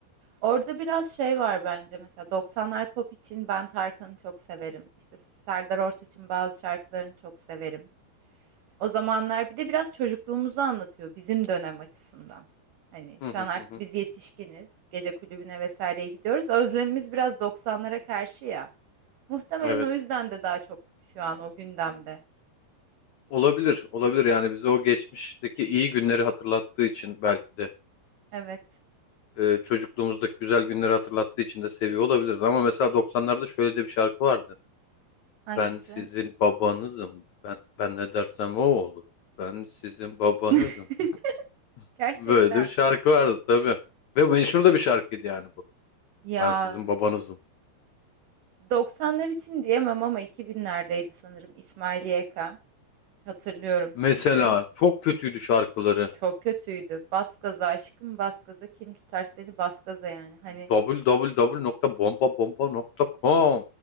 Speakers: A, on the right; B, on the left.
A: Orada biraz şey var bence mesela doksanlar pop için ben Tarkan'ı çok severim. İşte Serdar Ortaç'ın bazı şarkılarını çok severim. O zamanlar bir de biraz çocukluğumuzu anlatıyor bizim dönem açısından. Hani
B: Hı
A: şu
B: hı
A: an artık
B: hı. hı.
A: biz yetişkiniz, gece kulübüne vesaireye gidiyoruz. Özlemimiz biraz 90'lara karşı ya. Muhtemelen
B: Evet.
A: o yüzden de daha çok şu an o gündemde.
B: Olabilir, olabilir yani bize o geçmişteki iyi günleri hatırlattığı için belki de.
A: Evet.
B: e, çocukluğumuzdaki güzel günleri hatırlattığı için de seviyor olabiliriz. Ama mesela 90'larda şöyle de bir şarkı vardı.
A: Hangisi?
B: Ben sizin babanızım. Ben, ben ne dersem o olur. Ben sizin babanızım.
A: <laughs>
B: <laughs>
A: Gerçekten
B: Böyle de bir şarkı
A: mi?
B: vardı tabii. Ve meşhur da bir şarkıydı yani bu.
A: Ya
B: Ben sizin babanızım.
A: 90'lar için diyemem ama 2000'lerdeydi sanırım İsmail YK. Hatırlıyorum
B: Mesela
A: çünkü.
B: çok kötüydü şarkıları.
A: Çok kötüydü. Bas gaza aşkım bas gaza kim tutar seni bas gaza yani. Hani
B: www.bombabomba.com